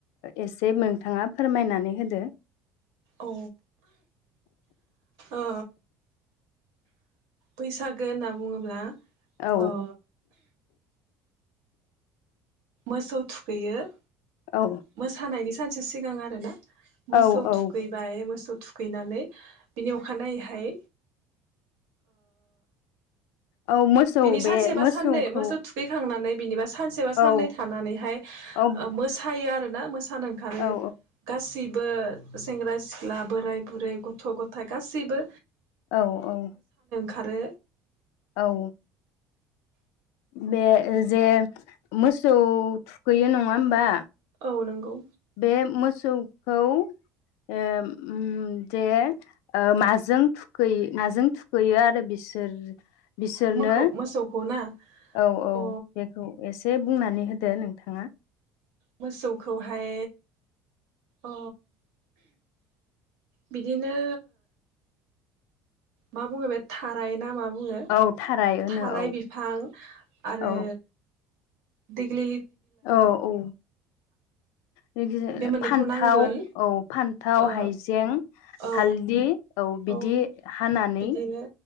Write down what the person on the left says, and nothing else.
एसे नोंथाङा फोरमायनानै होदो।
औ
<inaudible>
औ
औ औ
औ मोसौ
बे
मोसौखौ
औ
औ
औ
औ औ
औ बे जे मोसौ थुखैयो नङा होमबा
बे मोसौखौ ओ ओम जे माजों थुखैयो माजों थुखैयो आरो बिसोर बिसोरनो
औ औ
बेखौ एसे बुंनानै होदो नोंथाङा
औ थाराय होनो
औ
औ
औ औ फान्थाव
औ फान्थाव
हाइजें
हालदि बिदि
हानानै